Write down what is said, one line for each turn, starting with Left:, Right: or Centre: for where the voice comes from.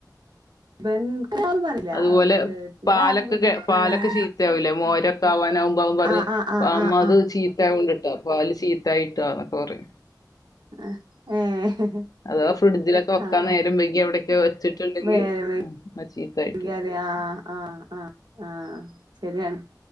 Right: <inaudible>
Left: അതുപോലെ
Right: എന്താന്നൊക്കെ
Left: പാലക്കൊക്കെ
Right: ചോദിക്കുമ്പല്ലാതെ
Left: പാലൊക്കെ ശീത്ത ആവലേ മോരൊക്കെ ആവാനാവുമ്പ ആതും പറിം
Right: ആഹ് ആഹ്
Left: അപ്പ
Right: ആഹ്
Left: അമ്മ
Right: ആഹ്
Left: അത് ചീത്താവുണ്ട് ട്ടോ പാല് ചീത്തായിട്ട എന്നൊക്കെ പറിം
Right: ആഹ് ഏഹ്
Left: അതവ ഫ്രിഡ്ജിലൊക്കെ വെക്കാൻ
Right: ആഹ്
Left: നേരം വൈകി അവിടെക്കെ വെച്ചിട്ടുണ്ടെങ്കിൽ
Right: നേരം
Left: ഉം ചീത്തായിട്ടു
Right: വൈകിയാല് ആഹ് ആഹ് ആഹ് ആഹ് ശരിയാണ്